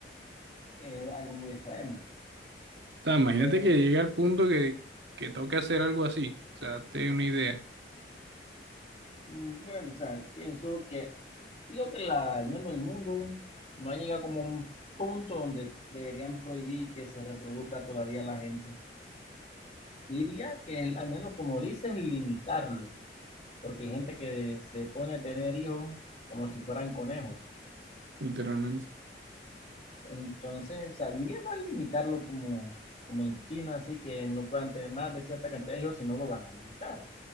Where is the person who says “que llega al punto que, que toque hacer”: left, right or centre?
Right